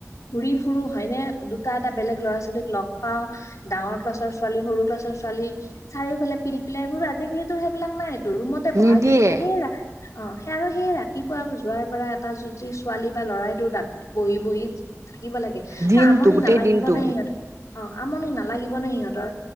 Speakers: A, on the left; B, on the right.
A: ঘূৰি ফুৰো হয়নে দুটা এটা বেলেগ লৰা ছোৱালীক লগ পাম ডাঙৰ ক্লাছৰ ৱালী সৰু ক্লাছৰ ছোৱালী চাৰিওফালে পিল- পিলাইোৰ আজিকালি সেইবিলাক নাই ৰুমতে বহাই
B: নিদিয়ে
A: থৈ দিব। বহেৰা অ আৰু সেই ৰাতিপুৱা যোৱাৰ পৰা এটা যি ছোৱালী বা লৰাইটোৰ তাত বহি বহি থাকিব লাগে ন
B: দিনটো
A: আমনি
B: গোটেই
A: নালাগিব
B: দিনটো
A: নে সিহঁতৰ অ আমনি নালাগিব নে সিহঁতৰ